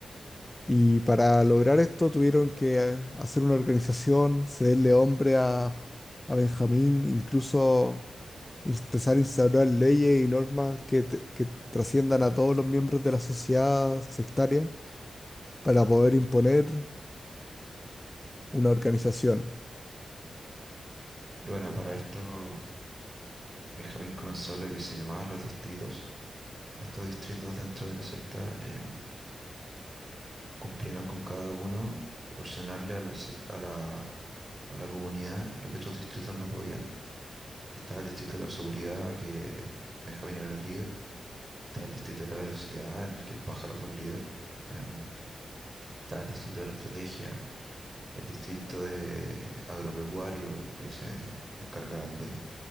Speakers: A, on the left; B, on the right.
A: Y para lograr esto tuvieron que eh, hacer una organización, cederle hombre a, a Benjamín, incluso empezar a instaurar leyes y normas que, te- que trasciendan a todos los miembros de la sociedad sectaria para poder imponer una organización.
B: Y bueno, para esto Benjamín comenzó lo que se llamaban los distritos. Estos distritos dentro de la secta eh, cumplían con cada uno proporcionarle a la, sec- a la, a la comunidad lo que otros distritos no podían. Estaba el distrito de la seguridad, que Benjamín era el líder. Estaba el distrito de la velocidad, en el que el pájaro fue el líder. Em, estaba el distrito de la estrategia el distrito de agropecuario que se encargan de